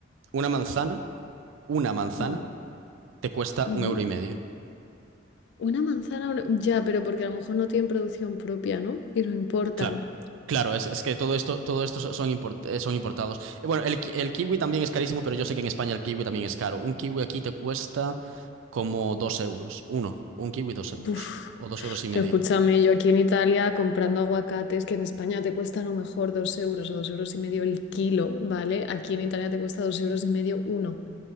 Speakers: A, on the right; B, on the left.
A: una manzana, una manzana,
B: Mm.
A: te cuesta
B: Ujú.
A: un euro y medio.
B: Una manzana, una- ya, pero porque a lo mejor no tienen producción propia, ¿no? Y lo importan.
A: Claro, claro, es, es que todo esto, todo esto so- son, import- eh, son importados. Eh, Bueno, el, ki- el kiwi también es carísimo, pero yo sé que en España el kiwi también es caro. Un kiwi aquí te cuesta como dos euros, uno, un kiwi dos
B: Uf.
A: euros o dos euros y medio.
B: Escúchame, yo aquí en Italia comprando aguacates, que en España te cuesta a lo mejor dos euros o dos euros y medio el kilo, ¿vale? Aquí en Italia te cuesta dos euros y medio uno,